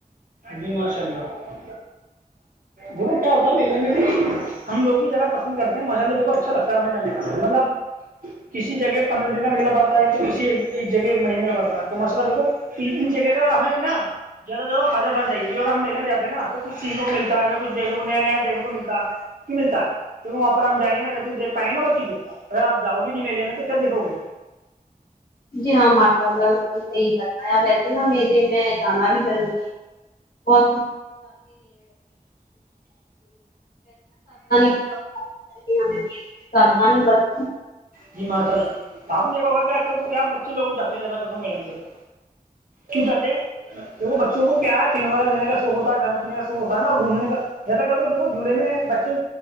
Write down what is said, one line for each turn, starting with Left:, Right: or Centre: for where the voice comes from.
Right: جی ماشاء اللہ دیکھو کیا ہوتا میلے میں بھی ہم لوگ بھی جانا پسند کرتے ہیں ماشاء اللہ دیکھ اچھا لگتا ہے ہمیں جانے کا مطلب کسی جگہ پندرہ دن کا میلہ بڑھتا ہے تو کسی ایک جگہ ایک مہینے کا بڑھتا ہے تو مسئلہ دیکھو جگہ گا ہمیں نا زیادہ جدہ خران چاہیے ا ہم میے میںاتے ہیں ن تو کچھ سیکھنے کو متا ہمیں کچھنے کو نیا نیایکھنے کو ملتا کی ملتا ہے کیونکہ وہاں پر ہم جائیں گے نا جب تویکھ پائیں گ نا وہ چیزیں اگر آپ جاؤ گے نہیں میلے میں تو کیا دیکھو گے
Left: جی ہاں ماشاء اللہ بلکل صحیح فرمایا ویسے نا میلے میں جانا بھی ضروری اور <unintelligible> ساودھانی برتی
Right: جی ماشاء اللہ توآپ نے دیکھا ہوگا کہ آج کل تو کیا بچے لوگ جاتے ہیں زیادہ کرو میلے میں دیکھو کی چاہتے ہیں ھ بچوں کو کیا ہے کھلونا کا لینے کا شوق ہوتا ہے کھے پینے کا شوق ہوتا نا گھومنے کا زیادہ کر تو دھو جھولے میں بچے